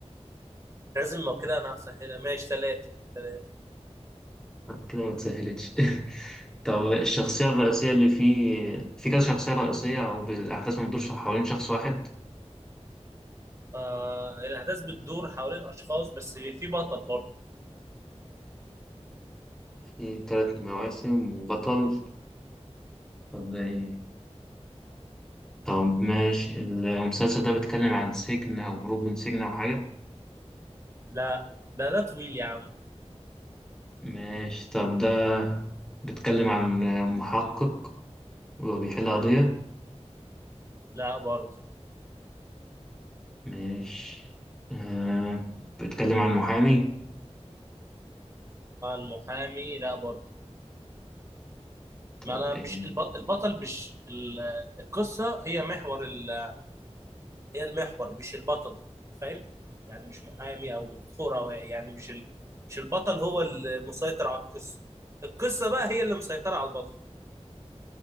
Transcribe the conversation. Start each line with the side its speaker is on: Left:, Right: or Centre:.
Right: لازم ما كده انا هسهلها ماشي ثلاثة ثلاثة
Centre: كده ما تسهلتش <laughs> طب الشخصيه الرئيسيه اللي فيه في كذا شخصيه رئيسيه او بالاحداث ما بتدورش حوالين شخص واحد
Right: آه الأحداث بتدور حوالين أشخاص بس في بطل برضه
Centre: في ثلاث مواسم وبطل طب ده ايه طب ماشي المسلسل ده بيتكلم عن سجن أو هروب من سجن أو حاجة
Right: لا ده ده طويل يا عم
Centre: ماشي طب ده بيتكلم عن محقق وبيحل قضية
Right: لا برضه
Centre: ماشي آه بيتكلم عن محامي
Right: آه المحامي لا برضه
Centre: طب
Right: ما أنا
Centre: إيه
Right: مش البط... البطل مش ال... القصة هي محور ال... هي المحور مش البطل فاهم يعني مش محامي أو دكتورة أو يعني مش ال... مش البطل هو المسيطر على القصة القصة بقى هي اللي مسيطرة على البطل